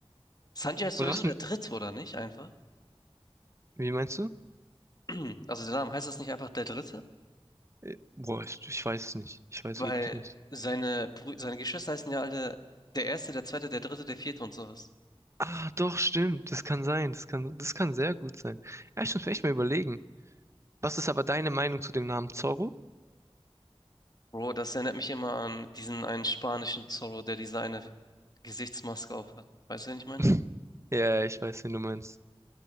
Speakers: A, on the left; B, on the right.
A: Sanji ist sowieso
B: Oder was?
A: der Dritte, oder nicht? Einfach.
B: Wie meinst du?
A: <clears throat> Also der Name heißt das nicht einfach der Dritte?
B: Äh, Boah, ich, ich weiß es nicht. Ich weiß
A: Weil
B: wirklich nicht.
A: seine Brü seine Geschwister heißen ja alle der Erste, der Zweite, der Dritte, der Vierte und sowas.
B: Ah, doch, stimmt. Das kann sein. Das kann, das kann sehr gut sein. Ja, ich muss mir echt mal überlegen. Was ist aber deine Meinung zu dem Namen Zorro?
A: Bro, das erinnert mich immer an diesen einen spanischen Zorro, der diese eine Gesichtsmaske aufhat. Weißt du, wen ich meine?
B: <laughs> Ja, ich weiß, wen du meinst.